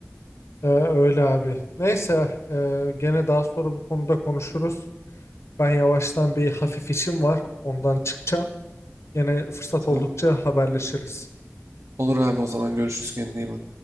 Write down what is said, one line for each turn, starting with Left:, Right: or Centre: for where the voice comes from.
Left: E, öyle abi. Neyse e, gene daha sonra bu konuda konuşuruz. Ben yavaştan bir hafif işim var ondan çıkacağım. Yine fırsat
Right: Tamamdır.
Left: oldukça haberleşiriz.
Right: Olur abi o zaman görüşürüz kendine iyi bak.